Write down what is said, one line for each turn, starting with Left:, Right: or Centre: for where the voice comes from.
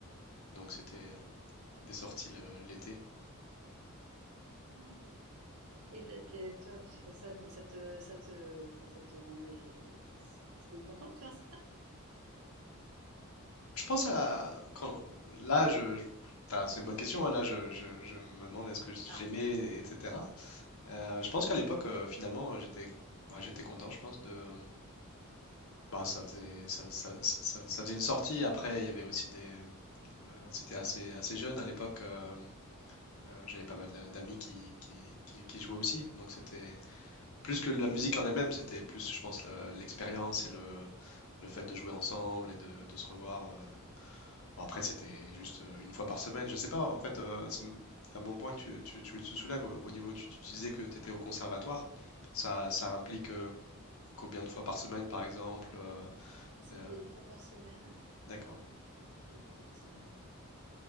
Left: Donc c'était des sorties le- l'été.
Right: Mhm. Et t'es- t'es- toi, ça, ça, ça te, ça te, quoi, ça te rendait... T'étais contente de faire ça?
Left: Je pense à quand là, je, je- t'as- c'est une bonne question. hein, là, je, je- je me demande est-ce que j'aimais,
Right: Ah.
Left: etc. Euh, je pense qu'à l'époque, euh, finalement, j'étais bah, j'étais content. Je pense de bah, ça faisait ça, ça- ça- ça- ça faisait une sortie. Après, il y avait aussi des euh, c'était assez assez jeune à l'époque. euh, Euh, j'avais pas mal d'a- d'amis qui, qui, qui- qui jouaient aussi, donc c'était plus que la musique en elle-même, c'était plus, je pense, la- l'expérience et le, le fait de jouer ensemble et de, de se revoir. euh. Bon, après, c'était juste euh, une fois par semaine, je sais pas, en fait, euh, c'est une- un bon point que tu, tu, tu- tu soulèves au, au niveau, tu, tu disais que tu étais au conservatoire, ça,
Right: Mm.
Left: ça implique euh, combien de fois par semaine, par exemple, euh,
Right: C'était
Left: euh,
Right: une fois par semaine.
Left: d'accord.
Right: Une fois par semaine.